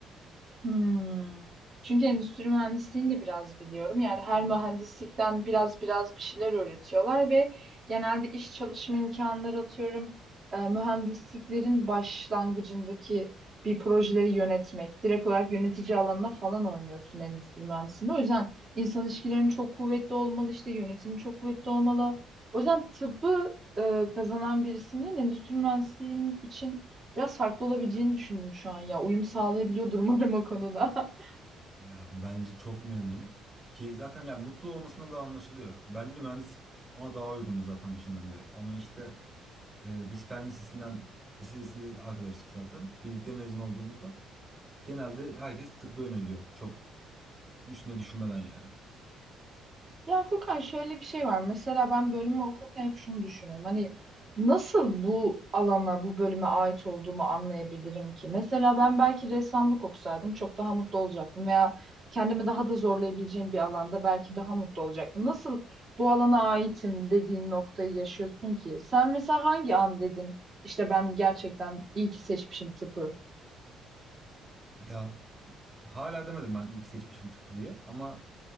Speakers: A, on the right (about 40°); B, on the right (about 20°).
A: Hmm. Çünkü endüstri mühendisliğini de biraz biliyorum. Yani her mühendislikten biraz biraz bir şeyler öğretiyorlar ve genelde iş çalışma imkanları atıyorum. e, mühendisliklerin başlangıcındaki bir projeleri yönetmek, direkt olarak yönetici alanına falan oynuyorsun endüstri mühendisliğinde. O yüzden insan ilişkilerinin çok kuvvetli olmalı, işte yönetimi çok kuvvetli olmalı. O yüzden tıbbı e, kazanan birisinin endüstri mühendisliğinin için Biraz farklı olabileceğini düşündüm şu an ya. Uyum sağlayabiliyordur <laughs> umarım o konuda. <laughs>
B: Ya bence çok memnun. Ki zaten ya mutlu olmasına da anlaşılıyor. Bence de mühendislik ona daha uygundu zaten başından beri. Ama işte e, biz fen lisesinden lisesinde arkadaştık zaten. Birlikte mezun olduğumuzda genelde herkes tıbba yöneliyor. Çok üstüne düşünmeden yani.
A: Ya Furkan şöyle bir şey var. Mesela ben bölümü okurken hep şunu düşünüyorum. Hani nasıl bu alana, bu bölüme ait olduğumu anlayabilirim ki? Mesela ben belki ressamlık okusaydım çok daha mutlu olacaktım veya kendimi daha da zorlayabileceğim bir alanda belki daha mutlu olacaktım. Nasıl bu alana aitim dediğin noktayı yaşıyorsun ki? Sen mesela hangi an dedin? işte ben gerçekten iyi ki seçmişim tıpı.
B: Ya Hala demedim ben ilk seçmişim tıpı diye ama